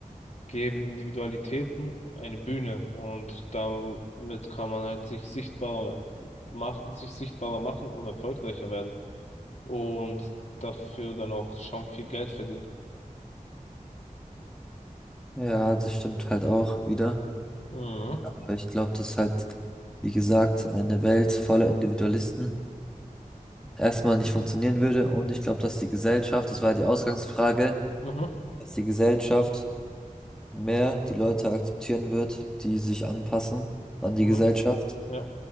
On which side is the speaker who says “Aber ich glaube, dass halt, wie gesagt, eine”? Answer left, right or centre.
Centre